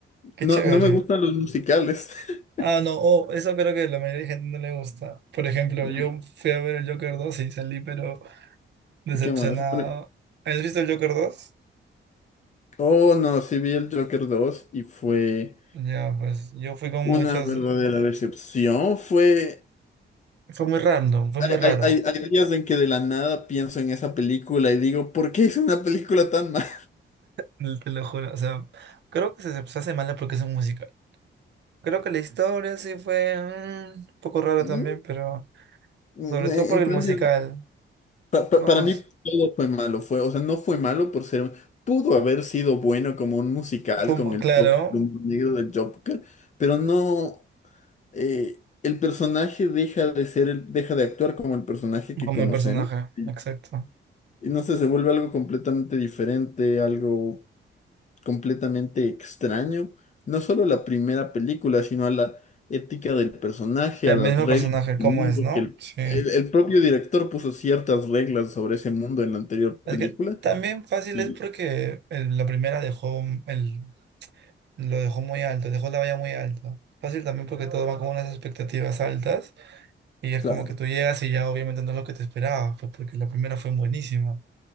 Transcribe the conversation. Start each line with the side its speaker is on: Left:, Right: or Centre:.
Right: Qué
Left: No,
Right: chévere.
Left: no me gustan los musicales. <laughs>
Right: Ah, no, oh, eso creo que la mayoría de gente no le gusta. Por ejemplo,
Left: Eh,
Right: yo fui a ver el Joker 2 y salí, pero decepcionado.
Left: ¿Qué más? Bueno,
Right: ¿Has visto el Joker 2?
Left: Oh, no, sí vi el Joker dos y fue
Right: Ya, pues yo fui con
Left: una
Right: muchas...
Left: verdadera
Right: eh,
Left: decepción. Fue...
Right: Fue muy random, fue muy raro,
Left: Hay, hay, hay hay días en que de la nada pienso en esa película y digo, ¿por qué hice una película tan mala?
Right: l- te lo juro. O sea, creo que se, se hace mala porque es un musical. Creo que la historia sí fue mm, un poco
Left: <laughs>
Right: rara
Left: ¿Mm?
Right: también, pero
Left: En,
Right: sobre
Left: en
Right: todo por el
Left: cambio,
Right: musical.
Left: pa- pa-
Right: No,
Left: para mí
Right: es
Left: todo fue malo. Fue, o sea, no fue malo por ser... Pudo haber sido bueno como un musical
Right: como,
Left: con el
Right: claro,
Left: toque del humor negro del Joker, pero no. eh, el personaje deja de ser, el- deja de actuar como el personaje que
Right: como
Left: conocemos
Right: el personaje,
Left: y,
Right: exacto.
Left: y no sé, se vuelve algo completamente diferente, algo completamente extraño. No solo a la primera película, sino a la ética del personaje,
Right: El
Left: a las
Right: mismo
Left: reglas
Right: personaje,
Left: del
Right: ¿cómo
Left: mundo,
Right: es, no?
Left: que el,
Right: Sí.
Left: el- el propio director puso ciertas reglas sobre ese mundo en la anterior
Right: Es
Left: película.
Right: que también fácil
Left: Y
Right: es porque el- la primera dejó un- el, lo dejó muy alto, dejó la valla muy alta. Fácil también porque todo va con unas expectativas altas y es
Left: claro,
Right: como que tú llegas y ya obviamente no es lo que te esperabas, pues porque la primera fue buenísima.